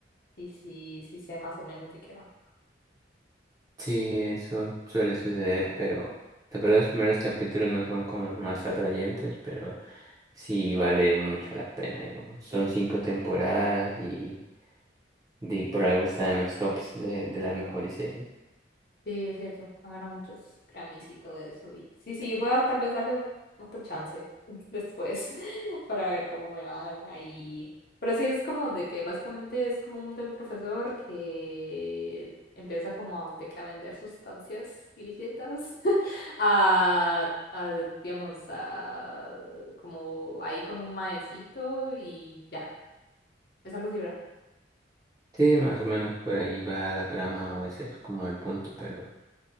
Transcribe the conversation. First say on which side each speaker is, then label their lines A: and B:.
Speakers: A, on the left; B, on the right.
A: sí, sí, sí sé más o menos de qué va.
B: Sí, eso suele suceder, pero tal vez los primeros capítulos no son como los más atrayentes, pero sí vale mucho la pena, digamos. Son cinco temporadas y, de- por algo está en los tops de, de las mejores series.
A: Sí, es cierto. Ha ganado muchos Grammys y todo eso. Y sí, sí, voy a tal vez darle otro chance <laughs> después <laughs> para ver cómo me va ahí. Pero sí es como de que básicamente es como un, de un profesor que empieza como de que a vender sustancias ilícitas <laughs> a, a, digamos, a, como ahí con un maecito y ya. Es algo así, ¿verdad?
B: Sí, más o menos por ahí va la trama o ese es como el punto, pero...